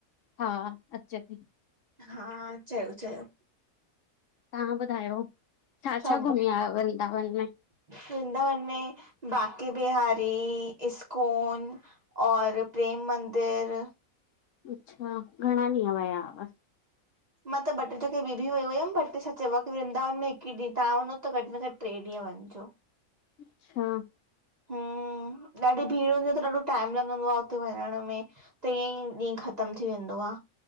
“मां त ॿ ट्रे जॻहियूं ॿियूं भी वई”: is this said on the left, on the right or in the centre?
Right